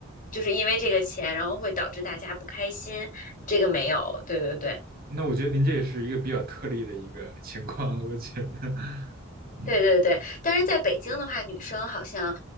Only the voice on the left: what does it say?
就是因为这个钱，然后会导致大家不开心，这个没有。对对对，
对对对。但是在北京的话，女生好像